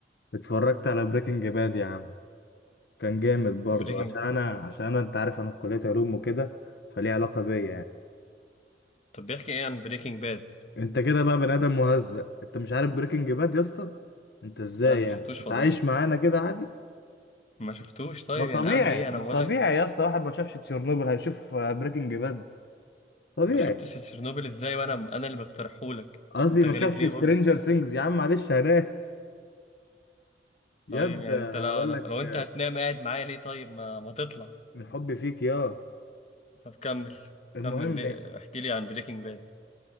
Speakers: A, on the left; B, on the left.
A: اتفرجت على بريكنج باد يا عم كان جامد برضو
B: بريكنج
A: عشان انا عشان انا انت عارف انا في كلية علوم وكده فليه علاقة بيا يعني
B: طب بيحكي ايه عن بريكنج باد
A: انت كده بقى بني ادم مهزأ انت مش عارف بريكنج باد يا اسطى انت ازاي
B: لا ما
A: يعني
B: شفتوش
A: انت
B: والله
A: عايش معانا كده عادي
B: ما شفتوش طيب
A: ما طبيعي
B: يعني اعمل ايه انا
A: ما
B: بقول
A: طبيعي
B: لك
A: يا اسطى واحد ما شافش تشيرنوبل هيشوف بريكنج باد طبيعي
B: ما شفتش تشيرنوبل ازاي وانا انا اللي مقترحهولك
A: قصدي
B: انت
A: ما
B: غريب
A: شافش
B: ليه
A: سترينجر
B: برضو
A: سينجز يا عم معلش هنام ياد
B: طيب يعني
A: هقول
B: انت لو لو,
A: لك
B: لو انت هتنام قاعد معايا ليه طيب ما ما تطلع
A: من حبي فيك يا
B: طب كمل
A: المهم
B: كمل ليه احكي لي عن بريكنج باد